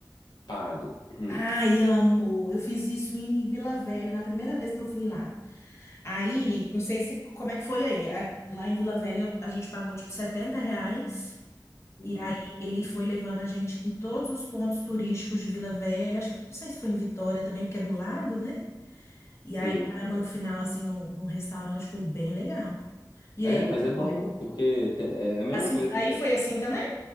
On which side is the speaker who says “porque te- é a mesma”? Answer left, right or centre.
Left